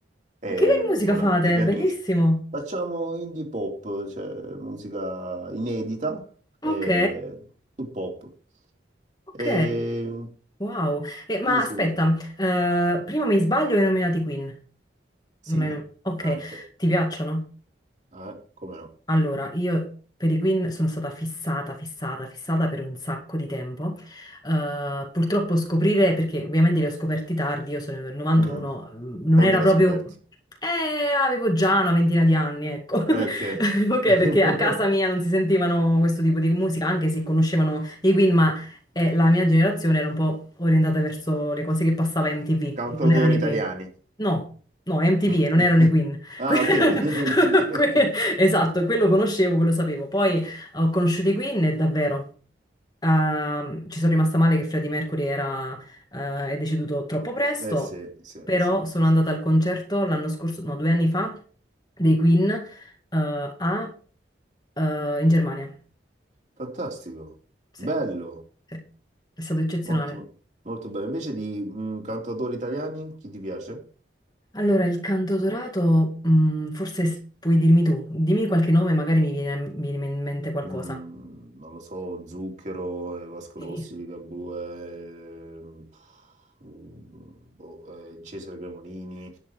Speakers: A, on the right (about 40°); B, on the left (about 20°).
A: eh,
B: e che musica
A: con,
B: fate?
A: con gli amici.
B: Bellissimo!
A: Facciamo indie pop, cioè musica inedita, eh,
B: Ok,
A: sul pop.
B: ok.
A: Eh,
B: Wow, Eh, ma
A: sì sì,
B: aspetta, eh, prima mi sbaglio e hai nominato i Queen.
A: sì,
B: Non hai nom- ok,
A: anche.
B: ti piacciono?
A: Ah, come no?
B: Allora, io per i Queen sono stata fissata, fissata, fissata per un sacco di tempo. Eh, purtroppo scoprire, perché ovviamente li ho scoperti tardi, io sono del 91,
A: Mm.
B: mm, non
A: Quando
B: era
A: l'hai
B: proprio...
A: scoperti?
B: Eh, avevo già una ventina di anni, ecco.
A: Ok.
B: <laughs> Ok,
A: <laughs>
B: perché a casa mia non si sentivano questo tipo di musica, anche se conoscevano i Queen, ma eh, la mia generazione era un po' orientata verso le cose che passava a MTV,
A: Cantautori
B: e non erano i
A: italiani.
B: Queen. No, no, MTV
A: Mm.
B: e non
A: <laughs>
B: erano i Queen.
A: Ah,
B: Que- <laughs>
A: ok. <laughs> MTV,
B: que-
A: ok.
B: Esatto, quello conoscevo, quello sapevo. Poi ho conosciuto i Queen e davvero ehm, ci sono rimasta male che Freddie Mercury era, eh, è deceduto troppo presto,
A: Eh sì, sì,
B: però
A: sì, sì,
B: sono
A: sì.
B: andata al concerto l'anno scorso, no, due anni fa, dei Queen eh, a, eh, in Germania.
A: Fantastico.
B: Sì,
A: Bello.
B: sì, è stato eccezionale.
A: Molto, molto bello. Invece di mm, cantautori italiani, chi ti piace?
B: Allora, il canto dorato, mm, forse s- puoi dirmi tu, dimmi qualche nome, magari mi viene, mi viene in mente qualcosa.
A: Mm, non lo so, Zucchero, eh, Vasco
B: Sì.
A: Rossi, Ligabue, eh, pff, mm, boh, eh, Cesare Cremonini.